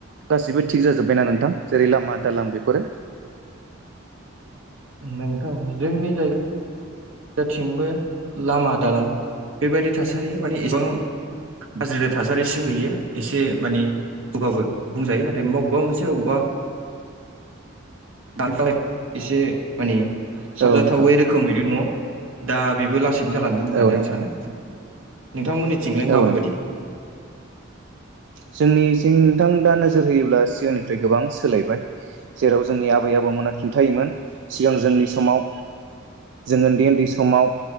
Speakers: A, on the right; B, on the right.
A: गासिबो थिग जाजोब्बायना नोंथां जेरै लामा दालां बेफोरो?
B: नोंथां जोंनि जायगा <unintelligible> <unintelligible> <unintelligible> <unintelligible> साबजाथावै
A: औ नोंथां
B: रोखोमैनो दङ दा बेबो लासैनो जालांगोन होननानै
A: औ नोंथां
B: आं सानो नोंथांमोननिथिंलाय
A: औ
B: माबे बायदि
A: जोंनि नोंथां दा नोजोर होयोब्ला सिगांनिफ्राय गोबां सोलायबाय जेराव जोंनि आबै आबौमोना खिन्थायोमोन सिगां जोंनि समाव जों उन्दै उन्दै समाव